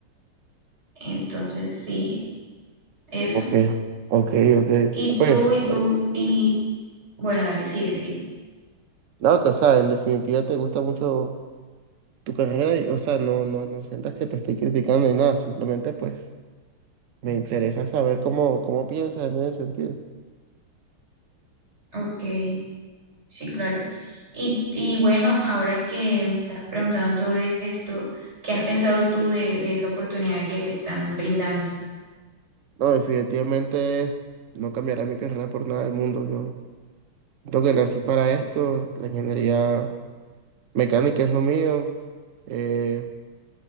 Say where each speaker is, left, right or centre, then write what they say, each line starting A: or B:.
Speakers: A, on the right; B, on the right.
A: Entonces, sí, eso.
B: ok, ok. ok.
A: Y
B: Pues,
A: tú, y
B: bueno,
A: tú, y bueno, dale, sigue, sigue.
B: no, que, o sea, en definitiva te gusta mucho. tu carrera y, o sea, no, no, no sientas que te estoy criticando ni nada, simplemente pues me interesa saber cómo, cómo piensas en ese sentido.
A: Ok. Sí, claro. Y, y bueno, ahora que me estás preguntando todo esto, ¿qué has pensado tú de, de esa oportunidad que te están brindando?
B: No, definitivamente no cambiaré mi carrera por nada del mundo. Yo siento que nací para esto, la ingeniería mecánica es lo mío. Eh,